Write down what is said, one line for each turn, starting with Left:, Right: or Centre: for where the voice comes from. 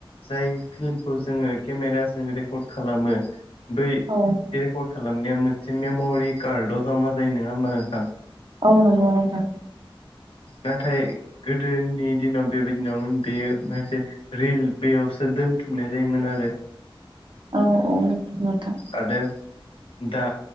Left: जाय फिल्मखौ जोङो केमेराजों रेकर्ड खालामो बै
Right: औ
Left: रेकर्ड खालामनाया मोनसे मेम'रि कार्डआव जमा जायो नङा होमबा नोंथां?
Right: औ नंगौ नोंथां।
Left: नाथाय गोदो नि दिनाव बेबायदि नङामोन बे मोनसे रिल बेयावसो दोनथुमनाय जायोमोन आरो।
Right: औ औ नोंथां
Left: आरो दा